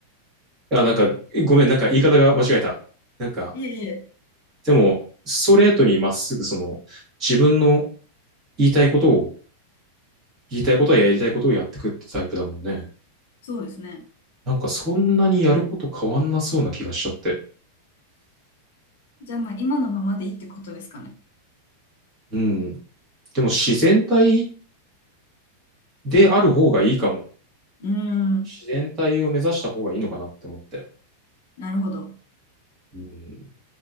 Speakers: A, on the right; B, on the left.
A: いや、なんか、ごめん、なんか言い方が間違えた。なんか、
B: いえいえ、
A: でも、ストレートにまっすぐその、自分の言いたいことを、言いたいことはやりたいことをやってくってタイプだもんね。
B: そうですね。
A: なんかそんなにやること変わんなそうな気がしちゃって。
B: じゃあまあ今のままでいいってことですかね。
A: うん。でも自然体である方がいいかも。
B: うーん。
A: 自然体を目指した方がいいのかなって思って。
B: なるほど。
A: うん。